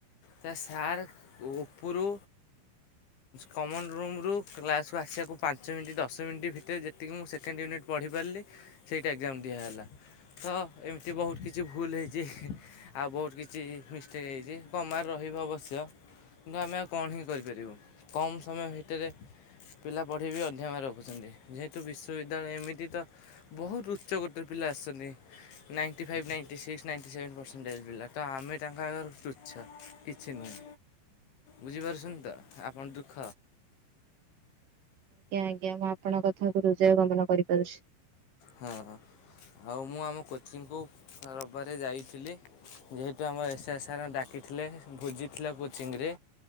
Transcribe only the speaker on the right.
ଆଜ୍ଞା ଆଜ୍ଞା ମୁଁ ଆପଣଙ୍କ କଥା କକୁ ହୃଜୟ ଗମନ କରିପାରୁଛି।